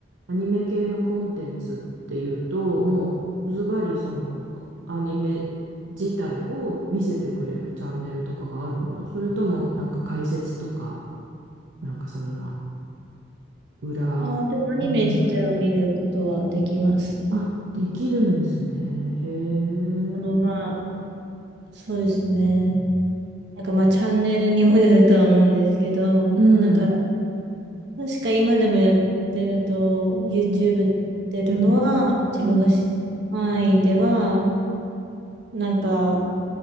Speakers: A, on the right; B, on the right.
A: アニメ系のコンテンツっていうと、もうズバリそのアニメ自体を見せてくれるチャンネルとかがあるのそれともなんか解説とか、なんかそんな裏、
B: あー、でもアニメ自体を見ることはできます。
A: うん。あ、できるんですね。へえ。
B: あの、まあ、そうですね。なんかまあ、チャンネルにもよるとは思うんですけど、
A: うん。
B: なんか、確か今でもやってると、YouTube
A: うん。
B: でやってるのは、
A: うん。
B: 自分が知ってる範囲では、
A: うん。
B: なんか、